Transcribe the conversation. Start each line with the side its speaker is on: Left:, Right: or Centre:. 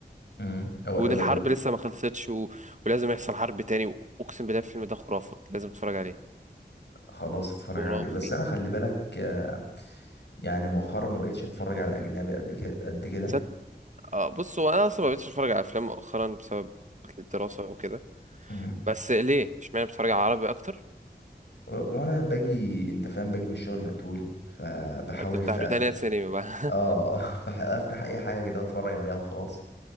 Left: م. هو
Right: وان
Left: الأول
Right: الحرب لسه ما خلصتش و... ولازم يحصل حرب تاني واقسم بالله الفيلم ده خرافة لازم تتفرج عليه
Left: خلاص اتفرج
Right: خرافي
Left: عليه بس انا خلي بالك آه، يعني مؤخرا ما بقتش اتفرج على اجنبي قبل كده قد كده
Right: صد... آه بص هو انا اصلا ما بقتش اتفرج على افلام مؤخرا بسبب الدراسة وكده
Left: م.
Right: بس ليه اشمعنى بتتفرج على عربي اكتر
Left: و- وانا باجي انت فاهم باجي من الشغل مقتول فبحاول
Right: لا، بتفتح
Left: في
Right: روتانا
Left: اخر
Right: سينما بقى
Left: اه <laughs> فافتح اي حاجه كده اتفرج عليها وخلاص